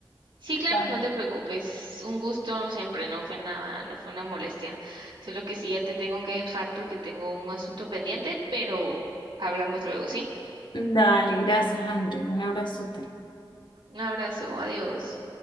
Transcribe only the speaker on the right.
Sí, claro,
no te preocupes, un gusto siempre, no fue nada, no fue una molestia. Solo que sí ya te tengo que dejar porque tengo un asunto pendiente, pero hablamos luego, ¿sí?
Un abrazo, adiós.